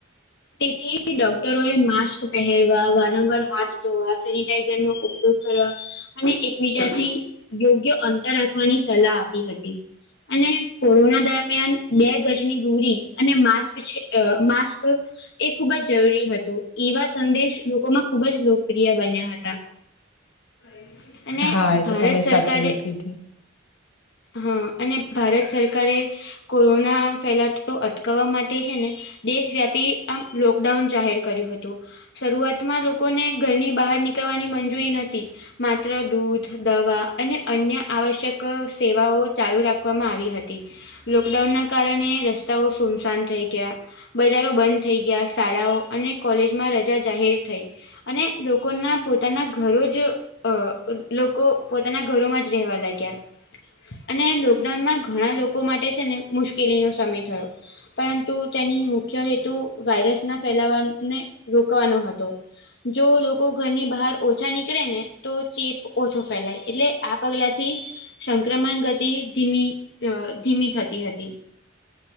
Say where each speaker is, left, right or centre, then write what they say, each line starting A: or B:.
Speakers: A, on the left (about 60°); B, on the left (about 85°).
A: તેથી ડોક ડોક્ટરો એ માસ્ક પહેરવા, વારંવાર હાથ ધોવા, સેનિટાઈઝર નો ઉપયોગ કરવા અને એકબીજાથી યોગ્ય અંતર રાખવાની સલાહ આપી હતી. અને કોરોના દરમિયાન બે ગજની દૂરી અને માસ્ક છે અ માસ્ક એ ખુબ જ જરૂરી હતું એવા સંદેશ લોકોમાં ખૂબ જ લોકપ્રિય બન્યા હતા. <inaudible>
B: હા એ
A: ભારત
B: તો તમે
A: સરકારે
B: સાચી વાત કીધી.
A: હા અને ભારત સરકારે કોરોના ફેલાતો અટકાવવા માટે છે ને દેશવ્યાપી આમ લોકડાઉન જાહેર કર્યું હતું. શરૂઆતમાં લોકોને ઘરની બહાર નીકળવાની મંજૂરી નોતી. માત્ર દૂધ, દવા અને અન્ય આવશ્યક સેવાઓ ચાલુ રાખવામા આવી હતી. લોકડાઉન ના કારણે રસ્તાઓ સુમસાન થઈ ગયા. બજારો બંધ થઈ ગયા, શાળાઓ અને કોલેજમાં રજા જાહેર થઈ. અને લોકોના પોતાના ઘરો જ અ લોકો પોતાના ઘરોમાં જ રહેવા લાગ્યા. અને લોકડાઉનમાં ઘણા લોકો માટે છે ને મુશ્કેલીનો સમય થયો. પરંતુ તેની મુખ્ય હેતુ વાયરસના ફેલાવાને રોકવાનો હતો. જો લોકો ઘરની બહાર ઓછા નીકળે ને તો ચેપ ઓછો ફેલાય એટલે આ પગલાથી સંક્રમણ ગતિ ધીમી અ ધીમી થતી હતી.